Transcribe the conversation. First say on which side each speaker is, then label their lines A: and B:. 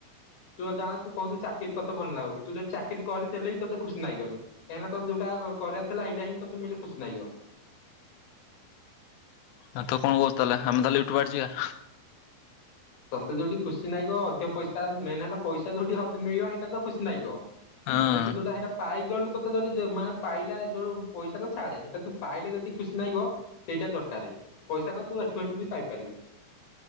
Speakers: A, on the left (about 55°); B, on the left (about 85°).
A: ତୁ ତ <unintelligible> ତୁ କହୁଚୁ ଚାକିରି ତୋତେ ଭଲ ଲାଗୁ କି ତୁ ଯଦି ଚାକିରି କରିଥେଲେ ବି ତତେ ଖୁସି ନାଗିବନି। କାହିଁକି ନା ତତେ ଯୋଉଟା କ କରିବାର ଥିଲା ହେଇଟା ହିଁ ତତେ ମିଲଲେ ଖୁସି ନାଗିବ।
B: ଆଉ ତୁ କଣ କହୁଚୁ ତାହଲେ ଆମେ ତାହେଲେ ଏଠୁ ବାହାରିଯିବା।
A: ତତେ ଯୋଉଠୀ ଖୁସି ନାଗିବ ଅଧିକ ପଇସା ମେନେ ହେଲା ପଇସା ଯୋଉଠି ହଦି ମିଳିବ ସେଇଟା ତ ଖୁସି ନାଗିବ।
B: ହଁ।
A: ହେଲେ ତୁ ଯୋଉଟା ହେଇଟା ପାଇଗଲୁ ତତେ ଯଦି ଯେ ମାନେ ପାଇଲା ଯୋଉ ପଇସା ତ ଛାଡେ ସେଟା ତୁ ପାଇଲେ ଯେତିକି ଖୁସି ନାଗିବ ସେଇଟା ଦରକାରେ ପଇସା ତ ତୁ ଏଠୁ ହେଠୁ ବି ପାଇପାରିବୁ।